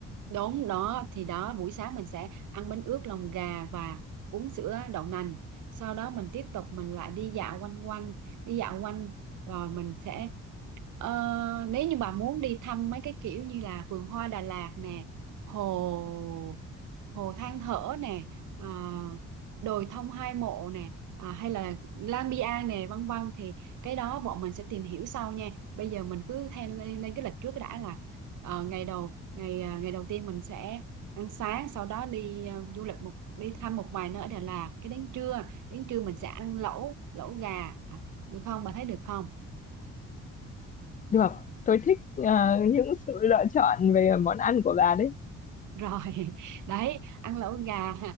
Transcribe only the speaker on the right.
đúng đó thì đó buổi sáng mình sẽ ăn bánh ướt lòng gà và uống sữa đậu nành sau đó mình tiếp tục mình lại đi dạo quanh quanh đi dạo quanh rồi mình sẽ Ờ, nếu như bà muốn đi thăm mấy cái kiểu như là vườn hoa Đà Lạt nè, hồ hồ than thở nè, ờ, đồi thông hai mộ nè, à, hay là Lang Biang nè, vân vân thì cái đó bọn mình sẽ tìm hiểu sau nha. Bây giờ mình cứ theo lên, lên cái lịch trước đã là ờ, ngày đầu ngày à, ngày đầu tiên mình sẽ ăn sáng, sau đó đi à, du lịch một đi thăm một vài nơi ở Đà Lạt. Cái đến trưa đến trưa mình sẽ ăn lẩu lẩu gà, à, được không? Bà thấy được không?
rồi <laughs> đấy ăn lẩu gà